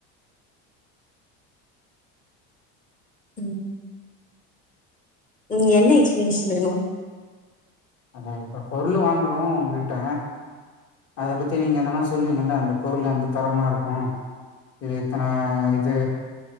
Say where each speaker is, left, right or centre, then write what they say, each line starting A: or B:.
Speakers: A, on the left; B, on the left.
A: ம் ம் என்ன எக்ஸ்பிளனேஷன் வேணும்
B: அட இப்ப பொருளு வாங்குறோம் உன்கிட்ட அத பத்தி நீங்க எதனா சொல்லுவீங்க இல்ல அந்த பொருள் வந்து தரமா இருக்கும் இது இத்தன இது